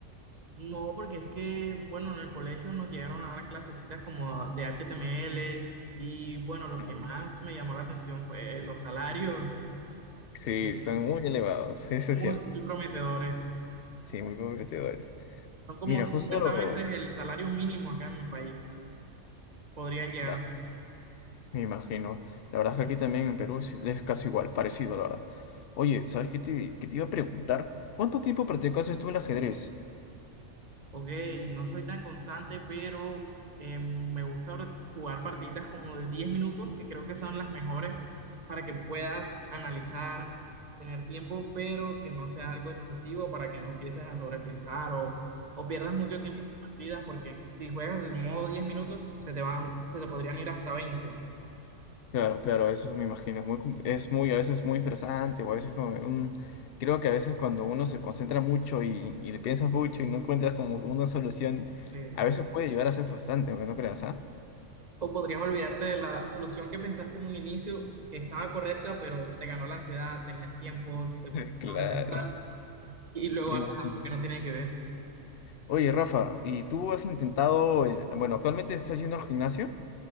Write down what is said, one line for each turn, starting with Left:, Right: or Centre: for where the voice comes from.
Right: No, porque es que, bueno, en el colegio nos llegaron a dar clasecitas como de HTML y, bueno, lo
Left: Ah,
Right: que más me llamó la atención fue los salarios,
Left: Sí,
Right: que
Left: son
Right: son
Left: muy elevados, <laughs> eso
Right: muy,
Left: es cierto.
Right: muy prometedores.
Left: Sí, muy competidores.
Right: Son como
Left: Mira,
Right: 50
Left: justo,
Right: veces el salario mínimo acá en mi país. Podrían llegar
Left: claro,
Right: a ser.
Left: me imagino. La verdad es que aquí también en Perú es, es casi igual, parecido, la verdad. Oye, ¿sabes qué te, qué te iba a preguntar? ¿Cuánto tiempo practicaste tú el ajedrez?
Right: Ok, no soy tan constante, pero eh, me gusta ahora jugar partiditas como de 10 minutos, que creo que son las mejores para que puedas analizar, tener tiempo, pero que no sea algo excesivo para que no empieces a sobrepensar o, o pierdas mucho tiempo en partidas, porque si juegas de modo 10 minutos, se te van, se te podrían ir hasta 20,
Left: Claro, claro, eso me imagino, es muy, com- es muy, a veces muy estresante, o a veces como, mm, creo que a veces cuando uno se concentra mucho y, y le piensas mucho y no encuentras como una solución,
Right: eh,
Left: a veces puede llegar a ser frustrante, aunque no creas, ¿ah?
Right: o podrías olvidarte de la solución que pensaste en un inicio, que estaba correcta, pero te ganó la ansiedad, tenías tiempo, te pusiste
Left: <laughs>
Right: a
Left: Claro,
Right: sobrepensar. y luego
Left: me
Right: haces
Left: imagino.
Right: algo que no tiene que ver.
Left: Oye, Rafa, ¿y tú has intentado, eh, bueno, actualmente estás yendo al gimnasio?